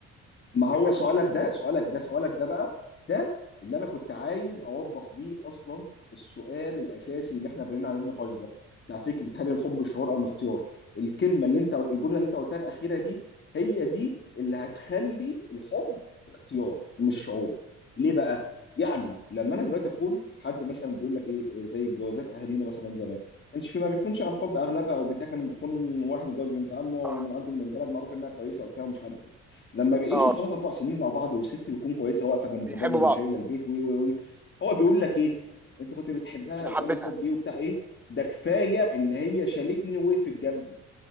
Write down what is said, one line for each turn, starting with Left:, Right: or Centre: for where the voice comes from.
Left: ما هو سؤالك ده سؤالك ده سؤالك ده بقى ده اللي انا كنت عايز اوضح بيه اصلا السؤال الاساسي اللي احنا بنينا عليه النقاش ده بتاع فكره هل الحب شعور ام اختيار الكلمه اللي انت الجمله اللي انت قلتها الاخيره دي هي دي اللي هتخلي الحب اختيار مش شعور ليه بقى يعني لما انا دلوقتي اكون حد مثلا بيقول لك ايه زي الجوازات اهالينا مثلا زمان كانش في ما بيكونش عن حب اغلبها او بتاع كان بيكون واحد اتجوز بنت عمه ومن
Centre: صح
Left: عنده من البلد معروف انها كويسه وبتاع ومش عارف ايه لما بيعيشوا
Centre: طار
Left: ثلاث اربع سنين مع بعض والست بتكون كويسه واقفه جنب
Centre: بيحبوا
Left: الراجل
Centre: بعض
Left: وشايله البيت وي وي وي هو بيقول لك ايه انت كنت بتحبها
Centre: انا
Left: يا
Centre: حبيتها
Left: عم حبي وبتاع ايه ده كفايه ان هي شالتني ووقفت جنبي